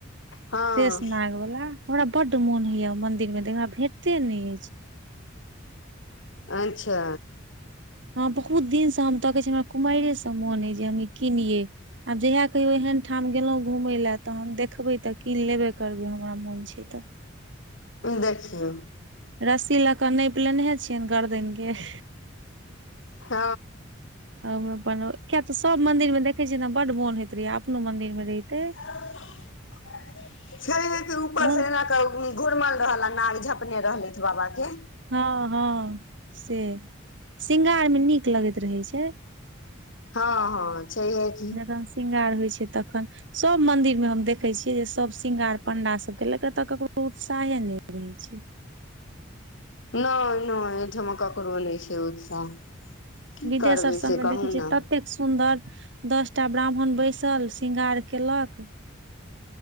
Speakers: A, on the left; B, on the right.
A: हँ
B: शेष नाग वला हमरा बड्ड मोन होइया मन्दिर मे तऽ हमरा भेटते नहि अछि।
A: अच्छा
B: हँ बहुत दिनसँ हम तऽ कहै छ हमरा कुमरेसँ मोन अइ जे हम ई कनियै आब जहिया कहियौ एहन ठाम गेलहुँ घूमय लेए तखन देखबै तऽ की लेबे करबै हमरा मोन छै तऽ
A: देखियौ।
B: रस्सी लऽ कऽ नैप लेनेहे छिये गर्दन केँ।
A: हँ।
B: <unintelligible> अपन किया तऽ सब मंदिर मे देखे छियै ने बड मोन होइत रहै अपनो मंदिर मे रहिते।
A: <unintelligible> छै हे ऊपर
B: मोन
A: से एना कऽ घुरमल रहल आ नाग झपने रहलेथ बाबा के
B: हँ हँ से श्रृगारमे नीक लगैत रहै छै।
A: हँ हँ। छैहे की
B: जखन श्रृंगार होइ छै तखन सब मंदिर मे हम देखे छियै जे सब श्रृंगार पंडा सब के लेके एतऽ ककरो उत्साहे ने रहे छै
A: नहि नहि अहिठाम ककरो नहि छै उत्साह की
B: विदेश
A: करबै
B: आर सबमे
A: से कहू
B: देखै छियै
A: ने
B: ततेक सुन्दर दस टा ब्राह्मण बैसल शृंगार केलक